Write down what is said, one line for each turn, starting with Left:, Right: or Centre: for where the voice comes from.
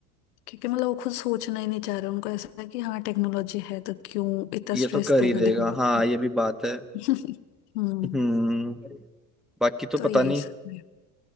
Left: क्योंकि मतलब वो खुद सोचना ही नहीं चाह रहे उनको ऐसा है कि हाँ टेक्नोलॉजी है तो क्यों इतना
Centre: ये
Left: स्ट्रेस
Centre: तो कर
Left: देना
Centre: ही देगा
Left: दिमाग
Centre: हाँ
Left: को
Centre: ये भी बात है
Left: <laughs> हम्म
Centre: हम्म बाकी तो
Left: तो
Centre: पता
Left: यही
Centre: नहीं
Left: सब है